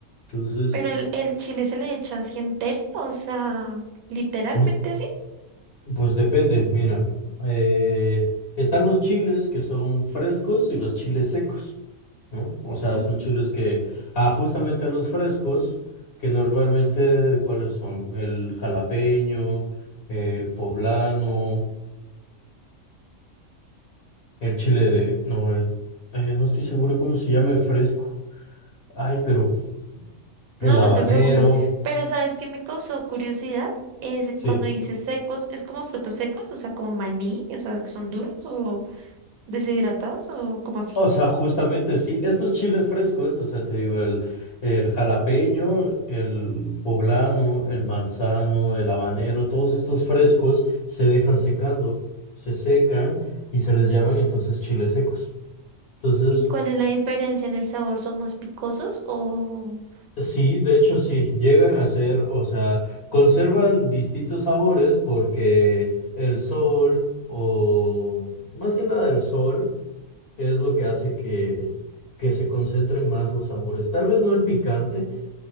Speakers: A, on the left; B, on the right.
A: Entonces,
B: Pero el, el chile se le echa así entero, o sea, literalmente
A: no,
B: así.
A: pues depende, mira, eh, están los chiles que son frescos y los chiles secos, ¿no? O sea,
B: Okay.
A: son chiles que, ah, justamente a los frescos, que normalmente, ¿cuáles son? El jalapeño, el poblano, El chile de, no, el, eh, no estoy seguro cómo se llame fresco. Ay, pero el
B: No,
A: habanero,
B: no te preocupes. Pero ¿sabes qué me causó curiosidad? Es
A: sí.
B: cuando dices secos, ¿es como frutos secos? O sea, como maní, o sea, que son duros o... ¿Deshidratados o cómo así?
A: O sea, justamente, sí, estos chiles frescos, o sea, te digo, el, el jalapeño, el poblano, el manzano, el habanero, todos estos frescos se dejan secando, se secan y se les llaman entonces chiles secos. Entonces,
B: ¿Y cuál es la diferencia en el sabor? ¿Son más picosos o
A: Sí, de hecho sí, llegan a ser, o sea, conservan distintos sabores porque el sol o más que nada el sol es lo que hace que, que se concentren más los sabores. Tal vez no el picante,